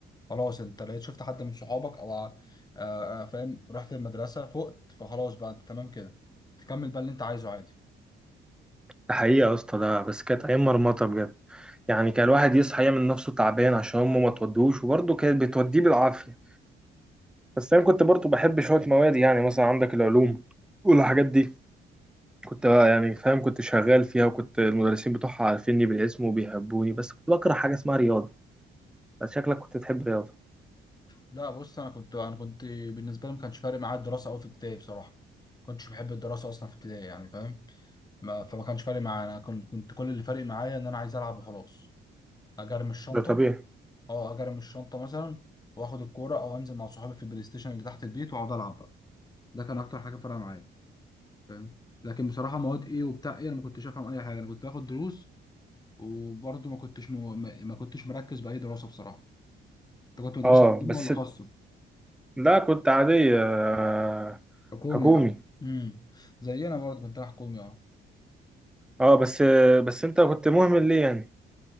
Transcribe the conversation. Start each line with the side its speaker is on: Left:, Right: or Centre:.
Left: خلاص انت لقيت شفت حد من صحابك او آه، آه، فاهم رحت المدرسه فقت فخلاص بقى انت تمام كده تكمل بقى اللي انت عايزه عادي
Centre: ده حقيقه يا اسطى ده بس كانت ايام مرمطه بجد يعني كان الواحد يصحى يعمل نفسه تعبان عشان امه ما تودوش وبرضه كانت بتوديه بالعافيه بس انا كنت برضه بحب شويه مواد يعني مثلا عندك العلوم والحاجات دي كنت بقى يعني فاهم كنت شغال فيها وكنت المدرسين بتوعها عارفيني بالاسم وبيحبوني بس كنت بكره حاجة اسمها رياضة بس شكلك كنت بتحب رياضة
Left: لا بص انا كنت انا كنت بالنسبه لي ما كانش فارق معايا الدراسه قوي في ابتدائي بصراحه ما كنتش بحب الدراسه اصلا في ابتدائي يعني فاهم ما فما كانش فارق معايا انا كنت كنت كل اللي فارق معايا ان انا عايز العب وخلاص اجرم الشنطه
Centre: ده طبيعي
Left: اه اجرم الشنطه مثلا واخد الكوره او انزل مع صحابي في البلاي ستيشن اللي تحت البيت واقعد العب بقى ده كان اكتر حاجه فارقه معايا فاهم لكن بصراحه مواد ايه وبتاع ايه انا ما كنتش افهم اي حاجه انا كنت باخد دروس وبرضه ما كنتش م... ما ما كنتش مركز باي دراسه بصراحه انت كنت مدرسه
Centre: اه
Left: حكومه
Centre: بس
Left: ولا خاصه
Centre: لا كنت عادية آه،
Left: حكومي
Centre: حكومي
Left: يعني امم زينا برضه كنت رايح حكومي اه
Centre: اه بس بس انت كنت مهمل ليه يعني